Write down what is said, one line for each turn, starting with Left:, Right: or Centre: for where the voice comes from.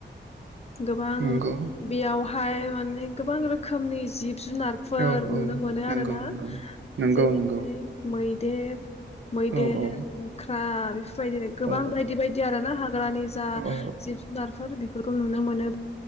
Left: गोबां
Right: नंगौ
Left: बेयाव हाय माने गोबां रोखोमनि जिब जुनारफोर
Right: औ
Left: नुनो
Right: औ
Left: मोनो
Right: नंगौ
Left: आरो ना
Right: नंगौ नंगौ
Left: जेरैहाय
Right: नंगौ
Left: मै देब मैदेर
Right: औ औ
Left: मोख्रा <unintelligible> दिनो गोबां
Right: औ
Left: बायदि बायदि आरो ना हाग्रानि जा
Right: औ औ
Left: जिब जुनारफोर बेफोर खौ नुनो मोनो